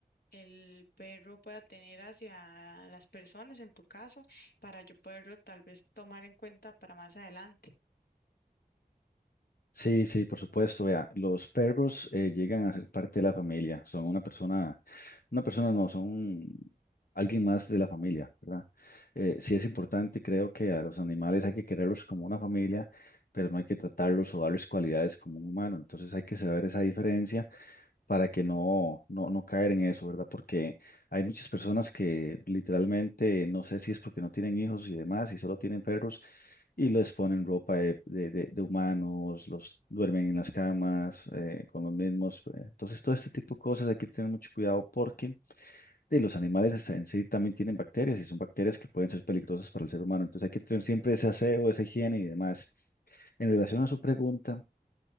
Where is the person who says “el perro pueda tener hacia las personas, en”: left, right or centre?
Left